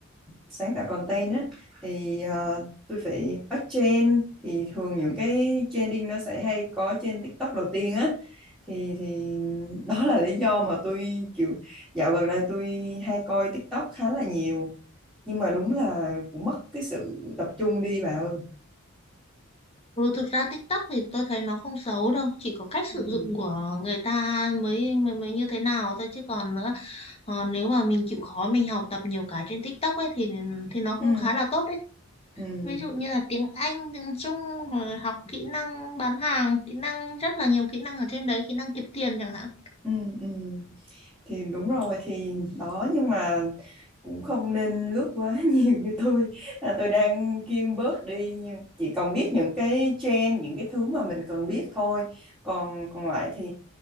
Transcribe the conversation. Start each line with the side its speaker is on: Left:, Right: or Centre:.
Centre: sáng tạo content á thì ờ, tôi phải bắt trend thì thường những cái trending nó sẽ hay có trên TikTok đầu tiên á thì thì <laughs> đó là lý do mà tôi kiểu dạo gần đây tôi hay coi TikTok khá là nhiều nhưng mà đúng là cũng mất cái sự tập trung đi bà ơi
Left: Ừ, thực ra TikTok thì tôi thấy nó không xấu đâu, chỉ có cách sử
Centre: ừ
Left: dụng của người ta mới mới, mới như thế nào thôi chứ còn nữa Còn nếu mà mình chịu khó mình học tập nhiều cái trên TikTok ấy thì thì nó cũng
Centre: ừ
Left: khá là tốt đấy.
Centre: ừ
Left: Ví dụ như là tiếng Anh, tiếng Trung, rồi học kỹ năng bán hàng, kỹ năng rất là nhiều kỹ năng ở trên đấy, kỹ năng kiếm tiền chẳng hạn.
Centre: ừ ừ thì đúng rồi thì đó nhưng mà cũng không nên lướt quá <laughs> nhiều như tôi à, tôi đang kiêng bớt đi nhưng chỉ còn biết những cái trend những cái thứ mà mình cần biết thôi còn còn lại thì